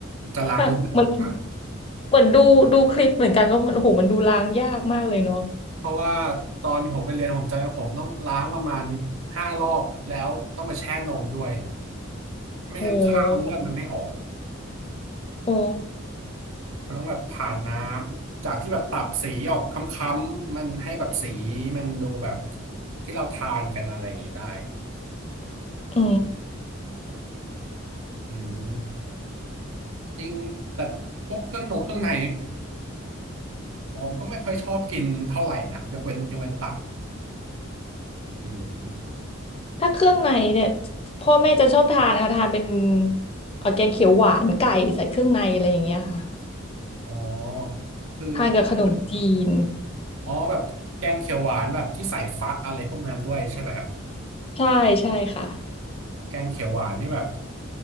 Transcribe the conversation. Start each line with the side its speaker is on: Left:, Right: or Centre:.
Right: จะล้างเลือดออกมา
Left: ค่ะเหมือนเหมือนดูดูคลิปเหมือนกันแล้วมันโอ้โหมันดูล้างยากมากเลยเนาะ
Right: เพราะว่าตอนผมไปเรียนผมจำว่าผมต้องล้างประมาณห้ารอบแล้วต้องไปแช่นมด้วย
Left: โอ้โห
Right: ไม่งั้นคาวเลือดมันไม่ออกอะ
Left: โอ้
Right: มันต้องแบบผ่านน้ำจากที่แบบตับสีออกค้ำๆมันให้แบบสีมันดูแบบที่เราทานกันอะไรอย่างนี้ได้
Left: อืม
Right: อืมจริงแต่พวกเครื่องนงเครื่องในผมก็ไม่ค่อยชอบกินเท่าไหร่นะยกเว้นยกเว้นตับอืม
Left: ถ้าเครื่องในเนี่ยพ่อแม่จะชอบทานนะคะทานเป็นเอ่อแกงเขียวหวานไก่ใส่เครื่องในอะไรอย่างเงี้ยค่ะ
Right: อ๋อคือ
Left: ทานกับขนมจีน
Right: อ๋อแบบแกงเขียวหวานแบบที่ใส่ฟักอะไรพวกนั้นด้วยใช่ไหมครับ
Left: ใช่ใช่ค่ะ
Right: แกงเขียวหวานนี่แบบ